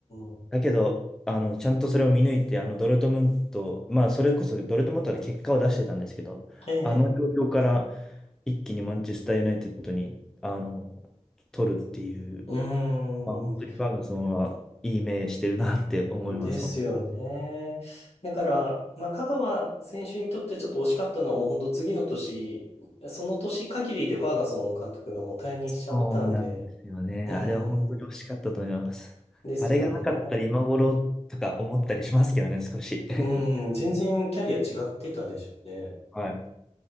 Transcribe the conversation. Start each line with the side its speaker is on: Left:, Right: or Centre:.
Left: ん。
Centre: だけど、あの、ちゃんとそれを見抜いて、あの、ドルトムント、まあ、それこそドルトムントで結果を出してたんですけど、
Left: ええ、
Centre: あの状況から一気にマンチェスター・ユナイテッドに、あの、取るっていう、
Left: うん。
Centre: まあ、本当にファーガソンはいい目してるなって思います、
Left: ですよね。
Centre: 本当に。
Left: だから、まあ、香川選手にとってちょっと惜しかったのはもう本当次の年、その年限りでファーガソン監督がもう退任しちゃったんで、
Centre: そうなんですよね。
Left: う
Centre: あれは本当に惜しかったと思います。
Left: ん。ですよね。
Centre: あれがなかったら今頃とか思ったりしますけどね、少し。
Left: うん。
Centre: <laughs>
Left: 全然キャリア違ってたでしょうね。
Centre: はい。